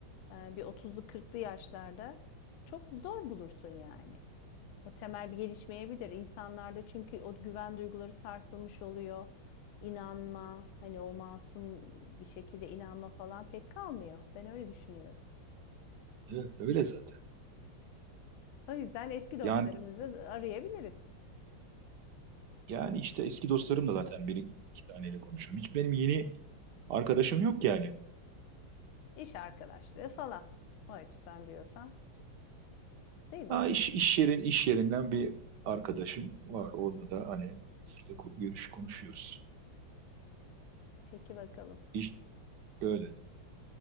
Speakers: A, on the left; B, on the right.
A: e, bir 30'lu 40'lı yaşlarda çok zor bulursun yani. O temel bir gelişmeyebilir insanlarda çünkü o güven duyguları sarsılmış oluyor. İnanma, hani o masum bir şekilde inanma falan pek kalmıyor. Ben öyle düşünüyorum.
B: Evet, öyle zaten.
A: O yüzden eski dostlarımızı
B: Yani
A: arayabiliriz.
B: yani işte eski dostlarım da zaten bir iki taneyle konuşuyorum. Hiç benim yeni arkadaşım yok yani.
A: İş arkadaşlığı falan. O açıdan diyorsan, değil mi?
B: Ha, iş, iş yerin iş yerinden bir arkadaşım var. Onunla da hani arada sırada ko- görüş konuşuyoruz.
A: Peki bakalım.
B: İş öyle.